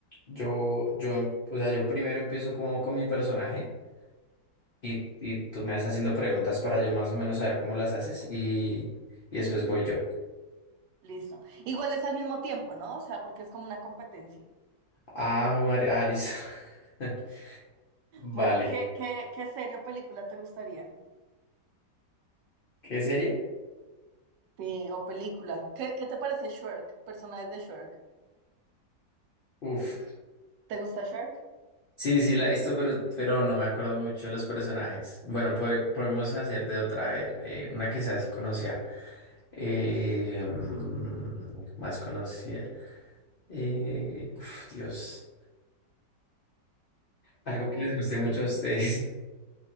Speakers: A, on the left; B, on the right.
A: yo, yo, em- o sea, yo primero empiezo como con mi personaje y, y tú me vas haciendo preguntas para yo más o menos saber cómo las haces y, y después voy yo.
B: Listo. Igual es al mismo tiempo, ¿no? O sea, porque es como una competencia.
A: Ah, María, ah, listo. <laughs> Vale.
B: Bueno, ¿qué, qué, qué serie o película te gustaría?
A: ¿Qué serie?
B: Sí, o película. ¿Qué, qué te parece Shrek? Personajes de Shrek.
A: Uf.
B: ¿Te gusta Shrek?
A: Sí, sí, la he visto, pero, pero no me acuerdo mucho de los personajes. Bueno, pode- podemos hacer de otra, a ver, eh, una que sea así conocida. Eh, mm, más conocida. Eh, uf, Dios, algo
B: A
A: que
B: ver.
A: les guste
B: eh,
A: mucho a ustedes.